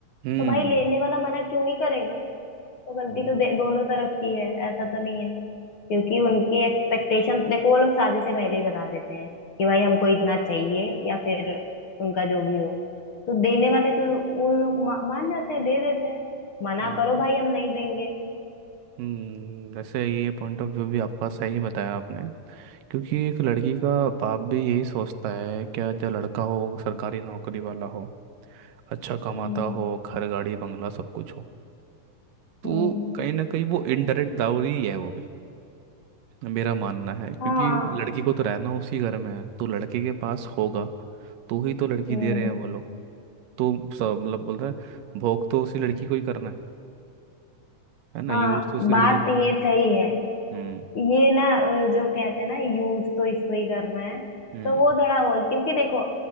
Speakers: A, on the right; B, on the left.
A: हम्म
B: तो भाई लेने वाला मना क्यों ही करेगा तो गलती
A: हम्म
B: तो दे, दोनों तरफ की है ऐसा तो नहीं है क्योंकि उनकी एक्सपेक्टेशन देखो वो लोग शादी से पहले ही बता देते हैं कि भाई हमको इतना चाहिए या फिर उनका जो भी हो तो देने वाले तो वो लोग मा, मान जाते हैं दे देते हैं मना
A: हम्म
B: करो भाई हम नहीं देंगे
A: हम्म, वैसे ये पॉइंट ऑफ व्यू भी आपका सही बताया आपने क्योंकि एक लड़की का बाप भी यही सोचता है क्या जो लड़का हो सरकारी नौकरी वाला हो अच्छा कमाता
B: हम्म
A: हो घर गाड़ी बंगला सब कुछ हो तो
B: हम्म
A: कहीं ना कहीं वो इनडायरेक्ट दावरी ही है वो भी मेरा मानना है क्योंकि
B: हाँ
A: लड़की को तो रहना उसी घर में है तो लड़के के पास होगा तो ही तो लड़की
B: हम्म
A: दे रहे हैं वो लोग तो सब मतलब बोलता है भोग तो उसी लड़की को ही करना है है ना
B: हाँ
A: यूज तो उसी
B: बात
A: लड़की को करना
B: ये
A: है
B: सही है
A: हम्म
B: ये ना अ, जो कहते हैं ना यूज तो इसको ही करना है
A: हम्म
B: तो वो थोड़ा वो क्योंकि देखो